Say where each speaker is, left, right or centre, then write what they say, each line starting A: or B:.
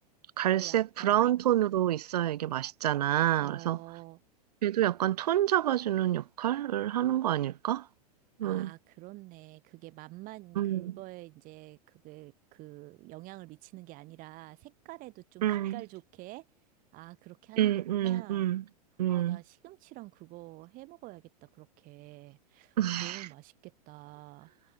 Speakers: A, on the right; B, on the right.
A: 갈색
B: 어, 약간,
A: 브라운 톤으로 있어야 이게 맛있잖아.
B: 어,
A: 그래서 걔도 약간 톤 잡아주는 역할을 하는 거 아닐까?
B: 아,
A: 응,
B: 그렇네. 그게 맛만 그거에
A: 응,
B: 이제 그게 그 영향을 미치는 게 아니라 색깔에도 좀
A: 응,
B: 빛깔 좋게, 아, 그렇게 하는
A: 응,
B: 거구나.
A: 응, 응, 응,
B: 아, 나 시금치랑 그거 해 먹어야겠다, 그렇게.
A: <laughs>
B: 너무 맛있겠다.